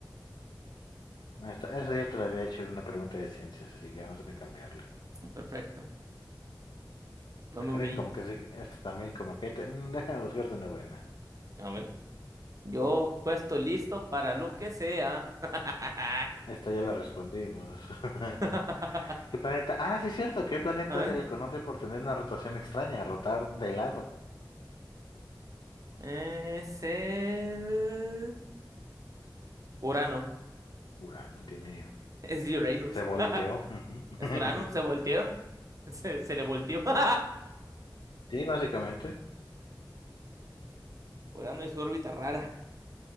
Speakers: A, on the left; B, on the right.
A: Esta, esa ya te la había hecho en una pregunta de ciencias, así que vamos a cambiarla.
B: Perfecto. No
A: Ah,
B: me
A: caray,
B: humilles.
A: como que sí, esta también, como que... te- mm, déjame buscarte una buena.
B: A ver. Yo puesto listo para lo que sea. <laughs>
A: Esta ya la respondimos. <laughs>
B: A
A: ¿Qué planeta? Ah, sí, es cierto. ¿Qué planeta
B: ver.
A: se le conoce por tener una rotación extraña, rotar de lado?
B: Es el... Urano.
A: Urano tiene...
B: Es Uranus.
A: Se volteó.
B: <laughs>
A: ujú.
B: Es
A: <laughs>
B: Urano. Se volteó. <laughs> Se, se le volteó. <laughs>
A: Sí, básicamente.
B: Urano y su órbita rara.